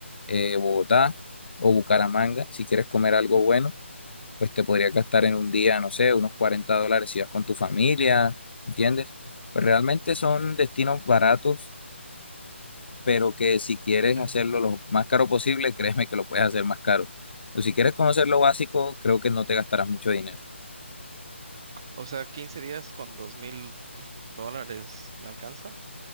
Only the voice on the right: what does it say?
ujú.
O sea, 15 días con dos mil dólares, ¿me alcanza?